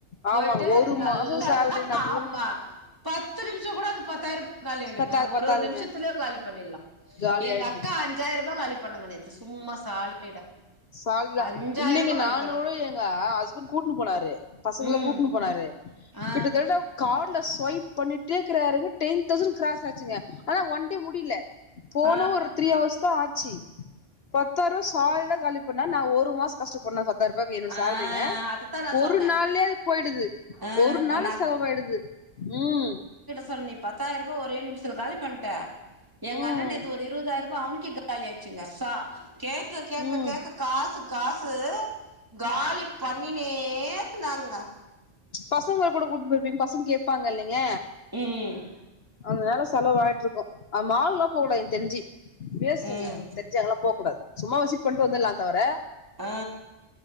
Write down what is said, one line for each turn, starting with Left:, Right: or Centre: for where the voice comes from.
Left: ஆமாங்க
Right: போயிட்டு
Left: ஒரு
Right: நல்லா
Left: மாசோ சேலரி நம்மளுக்கு
Right: ஆமா ப த்து நிமிஷோ கூட அது பத்தாயிரோ காலி ஆய்டுங்க
Left: பத்தாது
Right: ஒரு
Left: பத்தாதுங்க
Right: ஒரு நிமிஷத்லே காலி பணிடலா
Left: காலி
Right: எங்க
Left: ஆயிடுது
Right: அக்கா அஞ்சாயிர ரூபா காலி பண்ணாங்க நேத்து சும்மா சாலிடா
Left: சால்வியா
Right: அஞ்சாயிரம்
Left: இல்லேங்க
Right: ரூபாய் காலி
Left: நானு
Right: பண்ணா
Left: கூட எங்க ஹஸ்பண்ட் கூட்னு போனாரு பசங்கல
Right: ம்
Left: கூட்னு போனாரு
Right: ஆ
Left: கிட்டதட்டா காட்ல ஸ்வைப் பண்ணிட்டே இக்குறாருங்க டென் தௌசண்ட் கிராஸ் ஆச்சுங்க ஆனா ஒன் டே முடில போனா
Right: ஆ
Left: ஒரு த்ரீ ஹவர்ஸ் தா ஆச்சி பத்தாயிர்வா ர சாலிடா காலி பண்ணா நா ஒரு மாசோ கஷ்டப்பட்னு பத்தாயிர்பாய்க்கு என்னோட
Right: ஆ
Left: சேல்ரிங்க
Right: அதத்தான் நான்
Left: ஒரு
Right: சொன்னேன்
Left: நாள்லே அது பொயிடுது
Right: ஆ
Left: ஒரு நாள்ல
Right: நா
Left: செலவாயிடுது ம்
Right: சொன் நீ பத்தாயிர்பா ஒரே நிமிஷதுல காலி பண்ட்டா எங்க
Left: ம்
Right: அண்ணே நேத்து ஒரு இருவதாயிர்பா அமிக்கி காலியாச்சுங்க சா கேக்க கேக்க
Left: ம்
Right: கேக்க காசு காசு காலி பண்ணினே இருந்தாங்க
Left: பசங்க கூட கூட்னு பொயிருப்பீங்க பசங்க கேப்பாங்க இல்லைங்க
Right: ம்
Left: அதனால செலவாயிட்ருக்கு அ மாலுக்குலா போ எனக்கு தெரிஞ்சி வேஸ்ட்டுங்க
Right: ம் ம்
Left: தெரி ஞ்சி அங்கலா போ கூடாது சும்மா விசிட் பண்ட்டு வந்தர்லா தவர
Right: ஆ